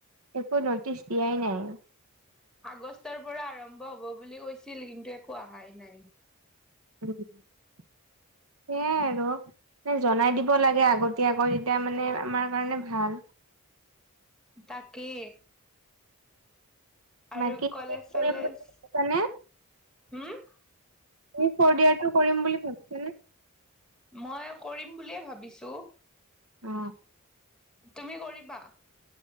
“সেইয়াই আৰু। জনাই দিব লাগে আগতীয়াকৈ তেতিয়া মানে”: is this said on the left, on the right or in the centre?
Right